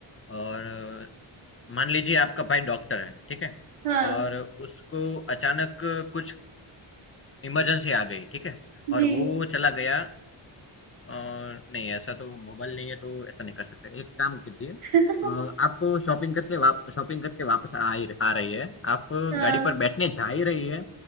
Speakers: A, on the left; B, on the right.
A: और अ, मान लीजिए आपका भाई डॉक्टर है ठीक है
B: हाँ
A: और उसको अचानक कुछ इमरजेंसी आ गई ठीक है
B: जी
A: और वो चला गया अ, नहीं ऐसा तो मोबाइल नहीं है तो ऐसा नहीं कर सकते। एक काम कीजिए अ,
B: <laughs>
A: आप शॉपिंग कर से वाप, शॉपिंग करके वापस आ ही- आ रही है आप
B: हाँ
A: गाड़ी पर बैठने जा ही रही है